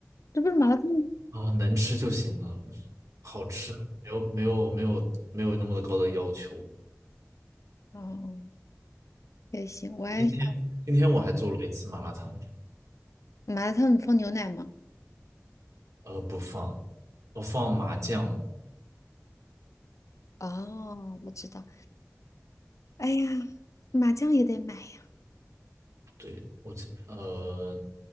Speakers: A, on the left (about 70°); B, on the right (about 85°).
A: 这不是麻辣烫吗？
B: 啊，能吃就行了，好吃，没有没有没有没有那么高的要求。
A: <laughs> 哦，嗯也行，我也想
B: 今天今天我还做了一次麻辣烫，
A: 麻辣烫，你放牛奶吗？
B: 呃，不放，我放麻酱，
A: 哦，我知道。哎呀，麻酱也得买呀！
B: 对，我今，呃，